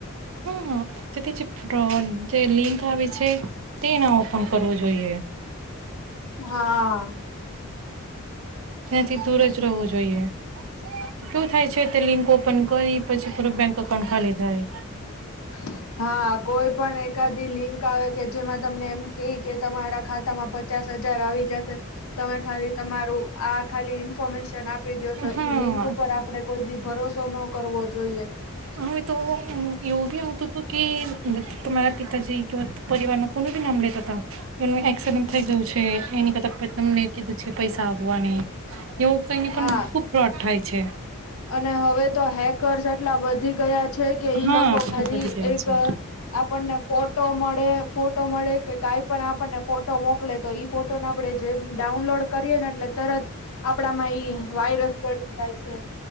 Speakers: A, on the right; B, on the left.
A: હમ્મ તેથી જે ફ્રોડ જે લિંક આવે છે. તે ના ઓપન કરવું જોઈએ.
B: હા.
A: તેના થી દૂર જ રહેવું જોઈએ શું થાય છે તે લિંક ઓ ઓપન કરી પછી પૂરો બેંક અકાઉન્ટ ખાલી થાય
B: <inaudible> હા કોઈ પણ એકાદી લિંક આવે કે જેમાં તમને એમ કેય કે તમારા ખાતામાં પ પચાસ હજાર આવી જશે તમે ખાલી તમારું આ ખાલી ઇન્ફોર્મેશન આપ આપી દિયો તો
A: હા
B: ઈ લિંક ઉપર આપડે કોઈ દી ભરોસો ન કરવો જોઈએ.
A: હ તો એવું બી આવતુ હતુ કે તમા તમારા પિતાજી પરિવાર નુ કો નુ બી નામ લેતા હતા એનું એક્સિડન્ટ થઈ ગયું છે, એની કતા તમને કીધું છે, પૈસા આવવાની એવું કઈને પણ
B: હા
A: ખુબ ફ્રોડ થાય છે.
B: અને હવે તો હેકર્સ એટલા વધી ગયા છે, કે ઈ
A: હા
B: લોકો
A: ખુબ
B: ખાલી
A: વધી ગયો
B: એક
A: છે.
B: આપણને ફોટો મળે ફોટો મળે કે કઈ પણ આપણને ફોટો મોકલે તો ઈ ફોટો ને આપડે જે ડાઉનલોડ કરીએ ને એટલે તરત આપણામાં ઈ વાયર વાયરસ ચડી જાય છે.